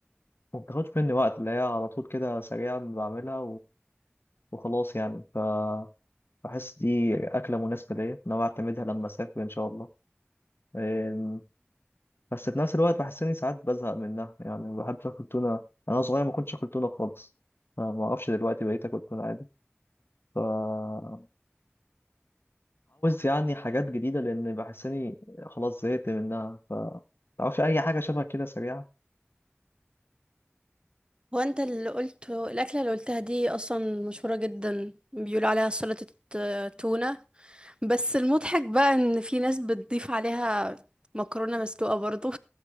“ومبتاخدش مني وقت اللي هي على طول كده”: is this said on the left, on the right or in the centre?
Left